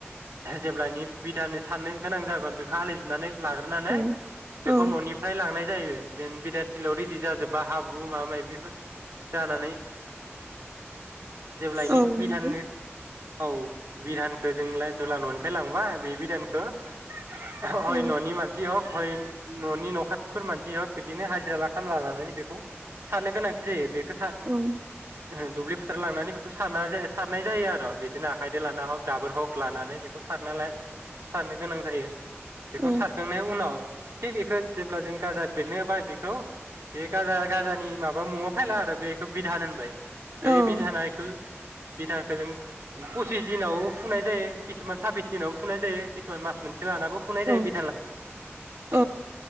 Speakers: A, on the right; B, on the right.
A: <unintelligible> गोनां जागोन बेखौ हालिजोबनानै लाग्रोनानै
B: औ
A: बेखौ
B: औ
A: न'निफ्राय लांनाय। जायो जेन बिधान थिलियाव रेदि जाजोबबा हाब्रु मायबा मासि जानानै जेब्लायनि
B: औ
A: बिधानि
B: नंगौ
A: औ बिधानखौ जोंला जेब्ला न'निफ्राय लांबा बे बिधानखौ। हय
B: औ
A: न'नि मानसि हक हय न'नि न' खाथिफोर मानसि हक बिदिनो हाजिरा खामला लानानै बेखौ सारनो गोनांथि जायो।
B: औ
A: <unintelligible> हार लांनानै बेखौ सारना सारनाय जायो आरो बिदिनो आखायजों लाना हक दाबोर हक लानानै बेखौ सारना ला सारनो गोनां जायो। बेखौ
B: औ
A: सारखांनाय उनाव थिक बेखो‌ जेब्ला जों गाजा बेरनाया बाय बेखौ बे गाजा गाजानि माबा मुआ फायला आरो बेखौ बिधान मोनबाय। बे
B: औ
A: बिधान आ एखौ बिथांखौ जों पसिस दिनाव फुनाय जायो। किसुमान साबबिस खिसुमान मासमोनसे से लानाबो फुनाय जायो
B: औ
A: बि
B: औ